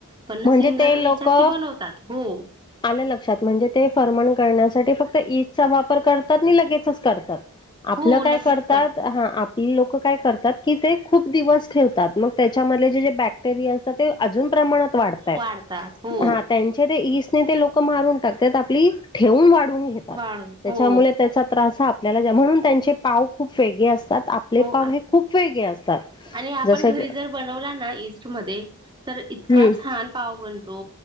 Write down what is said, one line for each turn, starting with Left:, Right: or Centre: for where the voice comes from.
Right: पण
Left: म्हणजे
Right: सिंगल
Left: ते
Right: ह्याच्यात
Left: लोक
Right: तिब्बल होतात हो.
Left: आलं लक्षात म्हणजे ते फर्मंट करण्यासाठी फक्त वापर करतात आणि लगेचच काढतात. आपलं
Right: हो
Left: काय
Right: लगेच
Left: करतात हां आ पली लोकं काय करतात की ते खूप दिवस ठेवतात मग त्याच्यामधले जे बॅक्टेरिया असतात ते अजून प्रमाणात वाढतायेत
Right: वाढतात हो
Left: हा त्यांच्या ते इस्टने ते लोकं मारून टाकतात आपली ठेवून वाढवून घेतात
Right: वाढ
Left: त्याच्यामुळे
Right: हो
Left: त्याचा त्रास हा आपल्याला ज्या म्हणून त्यांचे पाव खूप वेगळे असतात आपले
Right: हो
Left: पाव हे खूप वेगळे असतात.
Right: आणि आपण
Left: जसं
Right: घरी
Left: की
Right: जर बनवला ना ईस्टमध्ये तर इतका
Left: हम्म
Right: छान पाव बनतो